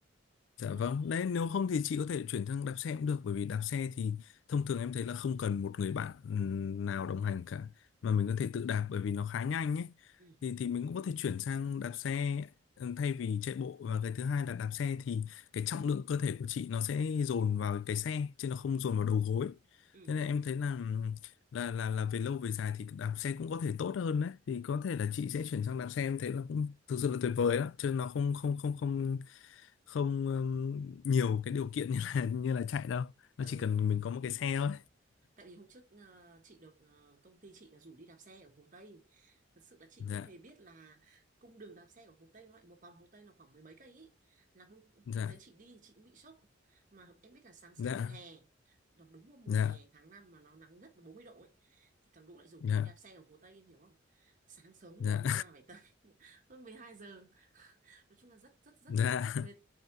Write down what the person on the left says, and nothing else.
Dạ
vâng,
đấy nếu không thì chị có thể chuyển sang đạp xe cũng được bởi vì đạp xe thì thông thường em thấy là không cần một người bạn ừm, nào đồng hành cả mà mình có thể tự đạp bởi vì nó khá nhanh ấy.
Thì thì mình cũng có thể chuyển sang đạp xe ừm, thay vì chạy bộ và cái thứ hai là đạp xe thì cái trọng lượng cơ thể của chị nó sẽ dồn vào cái xe chứ nó không dồn vào đầu gối.
Thế nên em thấy là ừm, là là là về lâu về dài thì đạp xe cũng có thể tốt hơn đấy thì có thể là chị sẽ chuyển sang đạp xe em thấy là cũng thực sự là tuyệt vời đó chứ nó không không không không không ừm, nhiều cái điều kiện như là <laughs> như là chạy đâu nó
chỉ cần mình có một cái xe thôi
dạ
dạ
dạ
dạ
dạ
dạ
<laughs>
dạ